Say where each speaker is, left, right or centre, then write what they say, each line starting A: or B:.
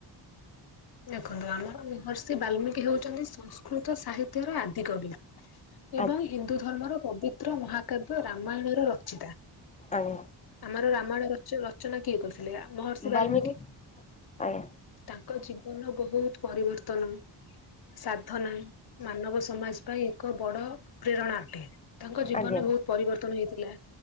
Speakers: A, on the left; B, on the left.
A: ଦେଖନ୍ତୁ ଆମର ମହର୍ଷି ବାଲ୍ମିକି ହେଉଚନ୍ତି ସଂସ୍କୃତ ସାହିତ୍ୟର ଆଦିକବି।
B: <inaudible>
A: ଏବଂ ହିନ୍ଦୁ ଧର୍ମର ପବିତ୍ର ମହାକାବ୍ୟ ରାମାୟଣର ରଚିତା।
B: ଆଜ୍ଞା
A: ଆମର ରାମାୟଣ ରଚ ରଚନା କିଏ କରଥିଲେ? ମହର୍ଷି
B: ବାଲ୍ମୀକି
A: ବାଲ୍ମିକି।
B: ଆଜ୍ଞା
A: ତାଙ୍କ ଜୀବନର ବହୁତ ପରିବର୍ତ୍ତନ। ସାଧନା ମାନବ ସମାଜ ପାଇଁ ଏକ ବଡ଼ ପ୍ରେରଣା ଅଟେ। ତାଙ୍କ ଜୀବନରେ
B: ଆଜ୍ଞା
A: ବହୁତ ପରିବର୍ତ୍ତନ ହେଇଥିଲା।